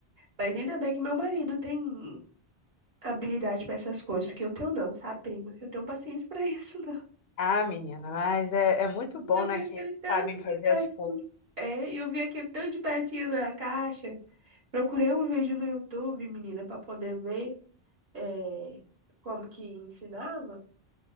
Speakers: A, on the right; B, on the left.
A: Mas ainda bem que meu marido tem habilidade pra essas coisas, porque eu não tenho não, sabe, prima? Eu tenho paciência pra isso, <laughs> não.
B: Ah, menina, mas é, é muito bom,
A: E eu
B: né,
A: vi aquele
B: que eles
A: tanto
B: sabem fazer
A: de pecinha.
B: as coisas.
A: É, e eu vi aquele tanto de pecinha na caixa. Procurei um vídeo no YouTube, menina, pra poder ver é, como que ensinava.